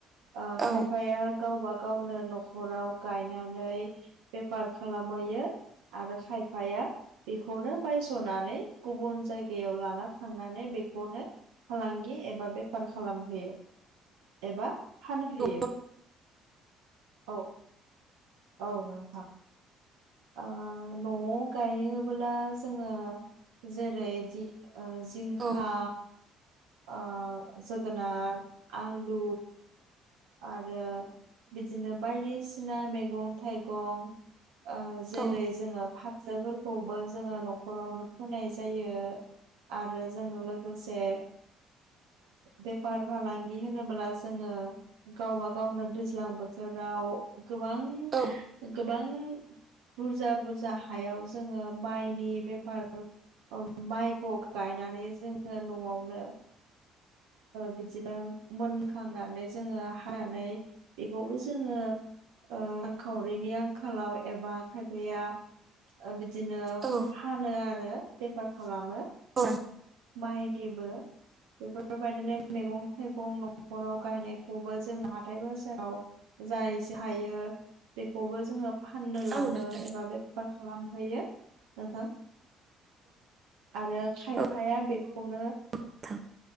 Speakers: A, on the right; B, on the right.
A: ओ खायफाया
B: औ
A: गावबा गावनो न'खराव गायनानै बेफार खालामहैयो आरो खायफाया बेखौनो बायस'नानै गुबुन जायगायाव लाना थांनानै बेखौनो फालांगि एबा बेफार खालामहैयो। एबा फानहैयो।
B: औ
A: औ औ नोंथां। ओ न'आव गायोब्ला जोङो जेरैदि ओ जिंखा
B: औ
A: ओ जोगोनार आलु आरो बिदिनो बायदिसिना मैगं थाइगं ओ जेरै
B: औ
A: जोङो फोरखौबो जोङो नखरावनो फोनाय जायो। आरो जों लोगोसे बेफार फालांगि बिदि होनोब्ला जोङो गावबा गावनो दैज्लां बोथोराव गोबां
B: औ
A: गोबां बुरजा बुरजा हायाव जोङो माइनि बेफार माइखौ गायनानै जोङो न'आवनो बिदिनो मोनखांनानै जोङो हानानै बेखौबो जोङो रां खावरिनि आंखालाव एबा खायफाया बिदिनो
B: औ
A: फानो आरो बेफार खालामो
B: औ
A: माइनिबो बेफोरबायदिनो मैगं थाइगं नखराव गायनायखौबो जों हाथाय बाजाराव जाय हायो बेखौबो जोङो फाननो लाङो
B: औ नोंथां
A: एबा बे मा खालामहोयो नोंथां आरो खायफाया
B: औ
A: बेखौनो
B: नोंथां